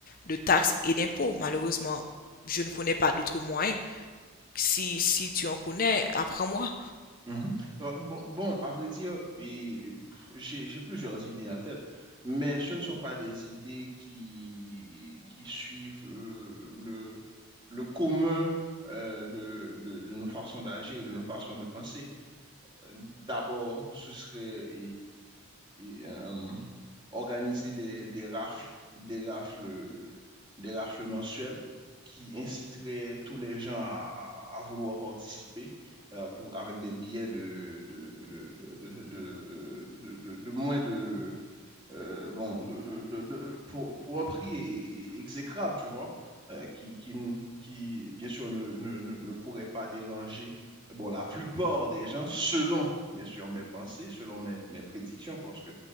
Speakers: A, on the left; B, on the right.
A: de taxes et d'impôts? Malheureusement, je ne connais pas d'autres moyens. Si, si tu en connais, apprends-moi.
B: Mhm. Euh, Bon, bon, à vrai dire, et, pff, j'ai, j'ai plusieurs idées en tête, mais ce ne sont pas des idées qui, qui suivent euh, le, le commun euh, de, de, de nos façons d'agir et de nos façons de penser. Euh, D'abord, ce serait et- et- et, euh, organiser des, des rafles, des rafles, des rafles mensuelles qui inciteraient tous les gens à, à- à vouloir participer euh, pour, avec des billets de, de, de, de, de, de, euh, de- de- de moins de, euh, bon, de, de- de- de- pour, pour un prix é- é- exécrable, tu vois, euh, qui, qui, n- qui, bien sûr, ne, ne, ne, ne pourrait pas déranger, bon, la plupart des gens, selon, bien sûr, mes pensées, selon mes, mes prédictions, parce que